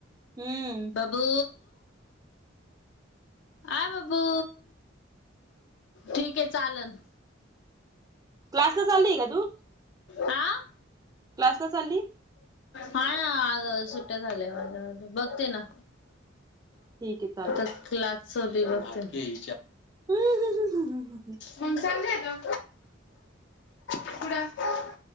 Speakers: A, on the right; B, on the left.
A: हम्म.
B: बबू, आ ब बू ठीक हे चालन.
A: क्लास ला चालीय का तू?
B: आ.
A: क्लासला चालली?
B: हा ना आग सुट्टया झाल्या बघते ना.
A: ठीक आहे चालेल
B: तो क्लासच बी बघते.
A: ह्म ह्म ह्म ह्म ह्म ह्म.
B: मग चांगली आता. पुड